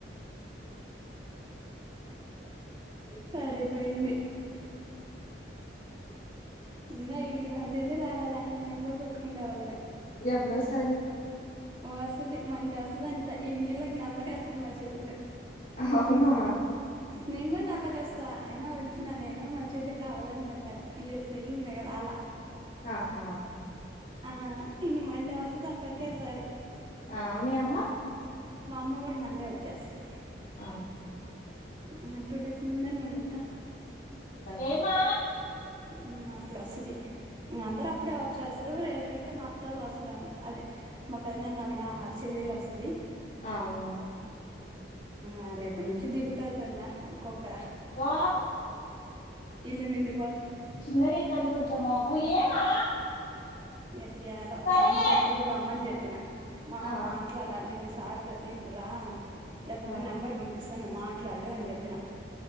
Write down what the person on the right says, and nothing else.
సరిపోయింది ఇంకా ఇడికి నా చిన్న రాలాల అంటిడి మేము కూడా కొట్టుకుండే వాళ్ళమే
వస్తది మండడి వస్తుంది అంత ఈ నీళ్ళకి నల్లగా వస్తుంది మా చెల్లెలు
నేను కూడా నల్లగా వస్తా అయినా వచ్చిన నేను మా చెల్లికి కావాలంటాం కా పీరియడ్స్ అయ్యి ఇంకా రాలా
ఆ ఇంకా మండే వస్తంది అంటే ఒకేసారి
మా అమ్మ కూడా మండే వచ్చేస్తది
అహా టూ డేస్ ముందనే ఉంటతా
ఉమ్ అప్పుడు వస్తది ఉమ్ అందరు అప్పుడే వచ్చేస్తారు రేపు అయితే మా అత్త వాళ్ళు వస్తారు అంట అదే మా పెద్దనాన్న వాళ్ళ చెల్లెలు వస్తది
ఆ రేపుటి నుంచి దిగుతా తలా ఒక్కొక్కర
ఇల్లు నిండు
ఎట్ చేయాలో
మా అమ్మ తొందరగా రమ్మని చెప్పిన మా
మాట్లాడాలి నువ్వు సార్ తోటి నువ్వు రా లేకంటే
నెంబర్ పంపిస్తా నువ్వు మాట్లాడు అని చెప్పి